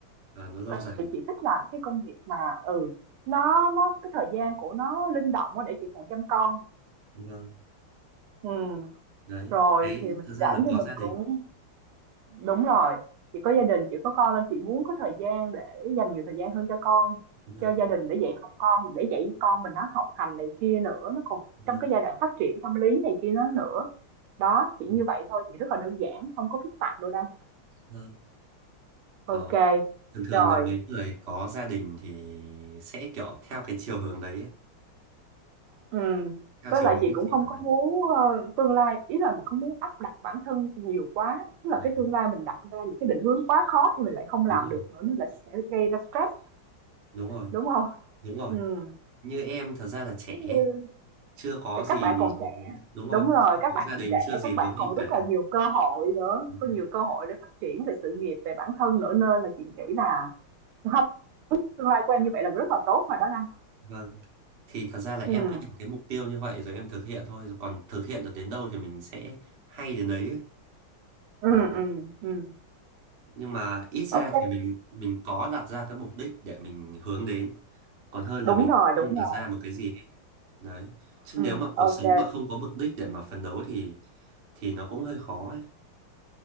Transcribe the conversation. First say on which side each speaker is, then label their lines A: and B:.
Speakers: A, on the right; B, on the right.
A: Ờ, nó lâu
B: Ờ,
A: dài.
B: thì chị thích làm cái công việc mà ừ, nó nó cái thời gian của nó linh động quá để chị còn chăm con.
A: Vâng.
B: Ừm,
A: Đấy.
B: Rồi
A: Đấy,
B: thì mình
A: thực ra
B: rảnh
A: là
B: thì
A: có
B: mình
A: gia đình.
B: cũng đúng rồi. Chị có gia đình, chị có con nên chị muốn có thời gian để dành nhiều thời gian hơn cho con,
A: Vâng.
B: cho gia đình để dạy học con, để dạy con mình nó học hành này kia nữa, nó còn
A: Vâng.
B: trong cái giai đoạn phát triển tâm lý này kia nó nữa. Đó, chỉ
A: ừ,
B: như vậy thôi, chỉ rất là đơn giản, không có phức tạp đâu đâu.
A: Vâng.
B: Ok,
A: Đó. Thường thường
B: rồi.
A: là mấy người có gia đình thì sẽ kiểu theo cái chiều hướng đấy ấy.
B: Ừm,
A: Theo
B: với
A: chiều
B: lại
A: hướng
B: chị
A: như
B: cũng
A: chị
B: không
A: nói.
B: có muốn, ơ, tương lai ý là mình không muốn áp đặt bản thân nhiều quá, tức là
A: Đó.
B: cái tương lai mình đặt ra những cái định hướng quá khó thì mình lại không
A: Đúng
B: làm
A: rồi.
B: được nữa, nó lại sẽ gây ra stress,
A: Đúng rồi.
B: đúng không?
A: Đúng rồi.
B: Ừm,
A: như em thật ra là trẻ
B: giống như
A: chưa có
B: thì
A: gì
B: các bạn còn trẻ
A: đúng rồi
B: đúng rồi,
A: chưa
B: các
A: có
B: bạn
A: gia
B: còn
A: đình
B: trẻ,
A: chưa gì
B: các
A: vướng
B: bạn còn
A: bận cả
B: rất là nhiều cơ hội nữa,
A: Ừ.
B: có nhiều cơ hội để phát triển về sự nghiệp, về bản thân nữa nên là chị nghĩ là không tương lai của em như vậy là rất là tốt rồi đó Đăng.
A: vâng thì thật ra là em
B: Ừm,
A: cứ đặt cái mục tiêu như vậy rồi em thực hiện thôi rồi còn thực hiện được đến đâu thì mình sẽ hay đến đấy ấy.
B: ừm,
A: Đấy.
B: ừm, ừm,
A: nhưng mà ít ra
B: ô
A: thì mình mình có đặt ra cái mục đích để mình hướng đến còn hơn
B: đúng
A: là mình
B: rồi, đúng
A: không
B: rồi,
A: đặt ra một cái gì hết. đấy chứ
B: ừm,
A: nếu mà cuộc
B: ok
A: sống mà không có mục đích để mà phấn đấu thì thì nó cũng hơi khó ấy